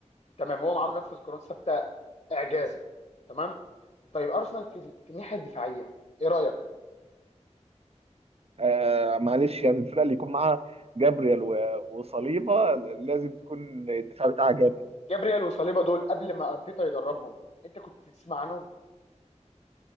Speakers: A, on the left; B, on the right.
A: تمام هو معاه منفذ كرات ثابته اعجازي تمام طيب ارسنال في ال- في الناحيه الدفاعيه ايه رايك
B: آه معلش يعني الفرقه اللي يكون معاها جابريال و... وصليبه ل- لازم تكون الدفاع بتاعها جامد
A: جابرييل وصليبا دول قبل ما ارتيتا يدربهم انت كنت تسمع عنهم